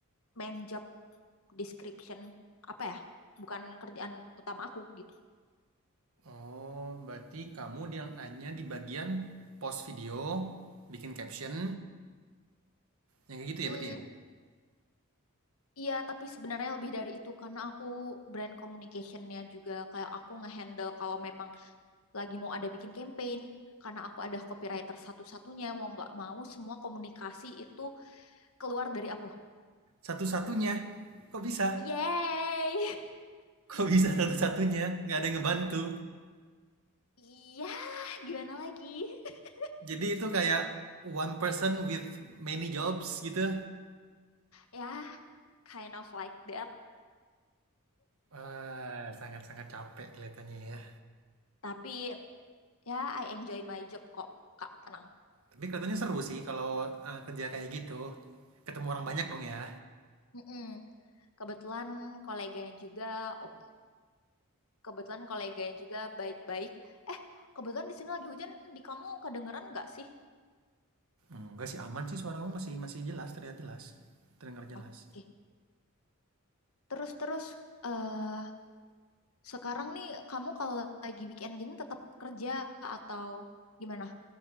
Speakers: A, on the left (about 75°); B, on the right (about 70°).
A: main job description apa ya bukan kerjaan utama aku gitu
B: oh berarti kamu yang hanya di bagian post video, bikin caption, yang kayak gitu ya
A: Hmm,
B: berarti ya?
A: iya tapi sebenarnya lebih dari itu karena aku brand communicationnya juga kayak aku ngehandle kalau memang lagi mau ada bikin campaign karena aku ada copywriter satu-satunya mau nggak mau semua komunikasi itu keluar dari aku
B: Satu-satunya? Kok bisa?
A: yay
B: Kok bisa satu-satunya? Nggak ada yang ngebantu?
A: <laughs> iya gimana lagi <laughs>
B: Jadi itu kayak one person with many jobs gitu?
A: ya yeah, kind of like that
B: Wah, sangat-sangat capek kelihatannya ya.
A: Tapi ya I enjoy my job kok, Kak, tenang.
B: Tapi kelihatannya seru sih kalau, eee, kerja kayak gitu. Ketemu orang banyak dong ya?
A: Mm-mm. Kebetulan koleganya juga, ok, kebetulan koleganya juga baik-baik. Eh, kebetulan di sini lagi hujan, di kamu kedengeran nggak sih?
B: Enggak sih aman sih suara kamu masih masih jelas terlihat jelas terdengar jelas.
A: Oke, terus-terus. eh sekarang nih kamu kalau lagi weekend gini tetap kerja atau gimana?